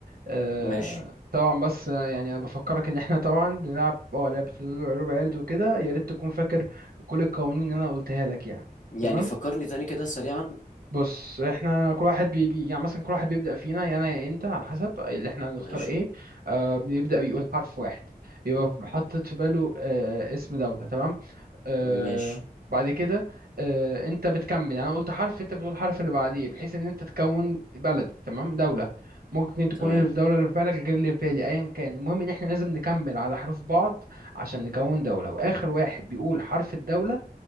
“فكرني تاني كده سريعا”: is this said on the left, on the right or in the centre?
Left